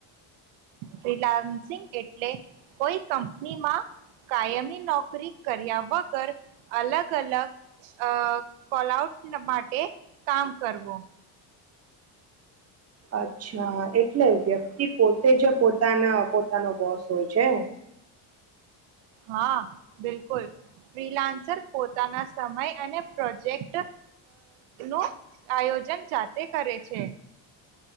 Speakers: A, on the right; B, on the right.
A: ફિલાયન્સિંગ એટલે કોઈ કંપનીમાં કાયમી નોક કરી કર્યા વગર અલગ અલગ અ કોલ આઉટ ના માટે કામ કરવો
B: અચ્છા એટલે વ્યક્તિ પોતે જ પોતાના પોતાનો બોસ હોય છે
A: હા બિલકુલ ફ્રીલાન્સર પોતાના સમય અને પ્રોજેક્ટ નું આયોજન જાતે કરે છે.